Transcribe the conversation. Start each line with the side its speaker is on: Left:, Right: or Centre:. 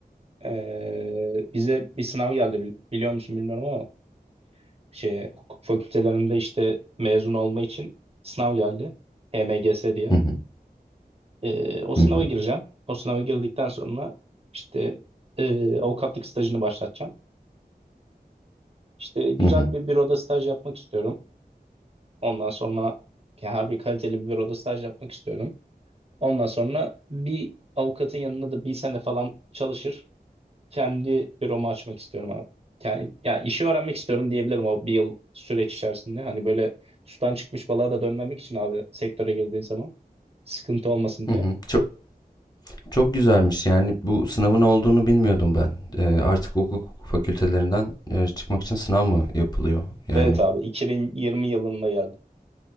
Right: Ee, bize bir sınav geldi bil- biliyor musun bilmiyorum ama şey hukuk fakültelerinde işte mezun olma için sınav geldi. HMGS diye.
Left: hı hı,
Right: Ee, o
Left: hı
Right: sınava
Left: hı,
Right: gireceğim. O sınava girdikten sonra işte e, avukatlık stajını başlatacağım. İşte güzel
Left: hı hı,
Right: bir büroda staj yapmak istiyorum. Ondan sonra yani harbi kaliteli bir büroda staj yapmak istiyorum. Ondan sonra bir avukatın yanında da bir sene falan çalışır. kendi büromu açmak istiyorum abi. Yani, yani işi öğrenmek istiyorum diyebilirim o bir yıl süreç içerisinde. Hani böyle sudan çıkmış balığa da dönmemek için abi sektöre girdiği zaman sıkıntı olmasın
Left: hı
Right: diye.
Left: hı. Çok Çok güzelmiş yani bu sınavın olduğunu bilmiyordum ben. Ee, artık hukuk fakültelerinden e, çıkmak için sınav mı yapılıyor? Yani
Right: Evet abi 2020 yılında geldi.